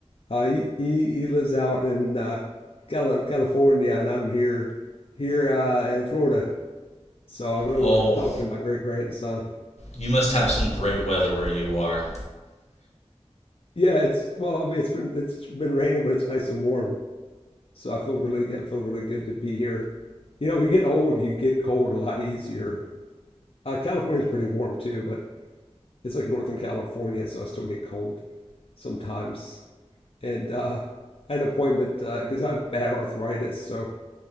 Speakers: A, on the left; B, on the left.
A: Uh, he, he he lives out in uh, Cali- California, and I'm here here uh, in Florida. So I really
B: Oh,
A: want to talk to my great grandson.
B: you must have some great weather where you are.
A: Yeah, it's well, I mean, it's been it's been raining, but it's nice and warm. So I feel really I feel really good to be here. You know, when you get old, you get cold a lot easier. Uh, California's pretty warm too, but it's like Northern California, so I still get cold sometimes. And uh, an appointment because uh, I have bad arthritis, so